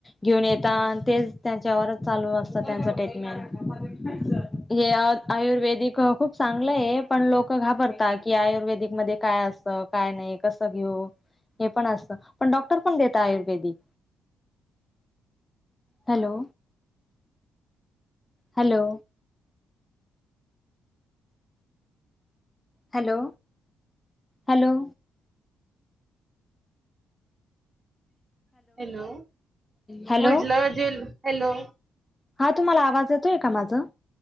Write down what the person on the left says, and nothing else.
घेऊन येता आणि तेच त्यांच्यावर चालू असता त्यांचा टेटमेंट. ह्या आयुर्वेदिक खूप चांगलं आहे, पण लोक घाबरता की आयुर्वेदिक मध्ये काय असतं काय नाही हे कसं घेऊ, हे पण असतं पण डॉक्टर पण देता आयुर्वेदिक.
Hello, hello hello, hello
hello
हा तुम्हाला आवाज येतोय का माझं?